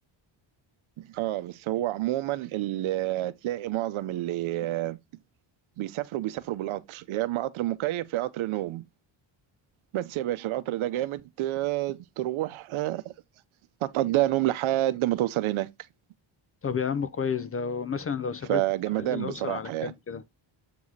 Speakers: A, on the right; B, on the left.
A: اه بس هو عموما اللي تلاقي معظم اللي آه، بيسافروا بيسافروا بالقطر يا اما قطر مكيف يا قطر نوم بس يا باشا القطر ده جامد آه، تروح آه، هتقضيها نوم لحد ما توصل هناك
B: طب يا عم كويس ده مثلا لو سافرت
A: فجمدان
B: 9 بالليل هوصل
A: بصراحة
B: على كام
A: يعني
B: كده